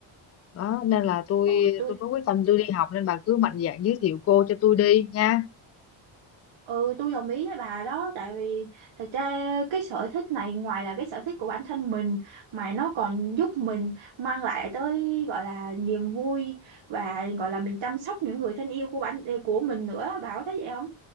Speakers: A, on the left; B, on the right.
A: đó nên là tôi
B: ừ tôi
A: tôi mới quyết tâm tôi đi học nên bà cứ mạnh dạn giới thiệu cô cho tôi đi nha
B: ừ tôi đồng ý với bà đó tại vì thật ra cái sở thích này ngoài là cái sở thích của bản thân mình mà nó còn giúp mình mang lại tới gọi là niềm vui và gọi là mình chăm sóc những người thân yêu của bản của mình nữa bà có thấy vậy không